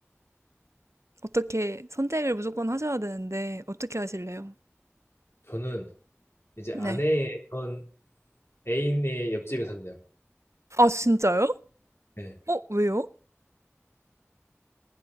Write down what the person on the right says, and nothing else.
어떻게 선택을 무조건 하셔야 되는데, 어떻게 하실래요?
네.
아, 진짜요?
어, 왜요?